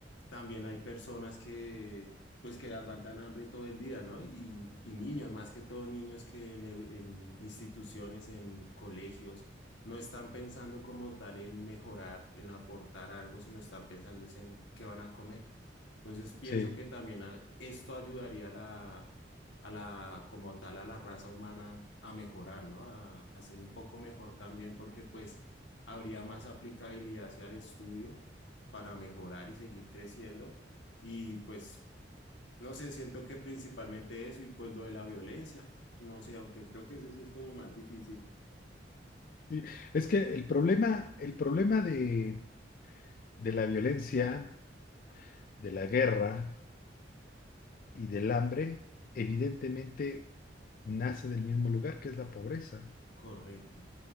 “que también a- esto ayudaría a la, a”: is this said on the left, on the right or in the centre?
Left